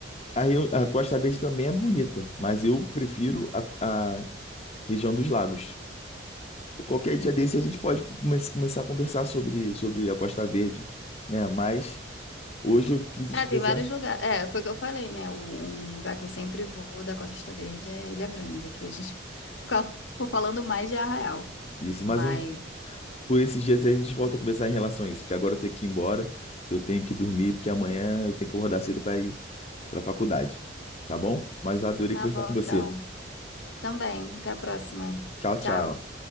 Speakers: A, on the left; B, on the left.
A: A, Rio- a Costa Verde também é bonita, mas eu prefiro a, a região dos lagos. Qualquer dia desse a gente pode come- começar a conversar sobre, sobre a Costa Verde, né? Mas hoje eu quis expressar
B: É, tem vários lugares. É, foi o que eu falei, né? O- Um lugar que eu sempre vou da Costa Costa Verde é Ilha Grande. Aqui hoje a gente fica- ficou falando mais de Arraial.
A: isso.
B: Mas
A: Mas um, por esses dias aí a gente volta a conversar em relação a isso, porque agora eu tenho que ir embora, que eu tenho que dormir, porque amanhã eu tenho que acordar cedo para ir para a faculdade. Tá bom? Mas adorei
B: tá
A: conversar
B: bom,
A: com você.
B: então. Também. Até a próxima.
A: Tchau, tchau.
B: Tchau.